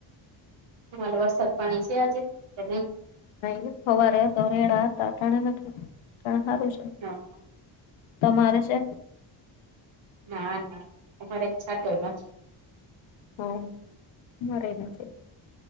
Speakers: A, on the right (about 75°); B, on the left (about 80°).
A: એમાં વરસાદ પાણી છે આજે કે નય.
B: નય રે સવારે તો રેડા અતા અટાણે નથી તણ સારું છે.
A: હા
B: તમારે છે?
A: ના ના અમારે છાટાય નથ.
B: હા અમારે યે નથી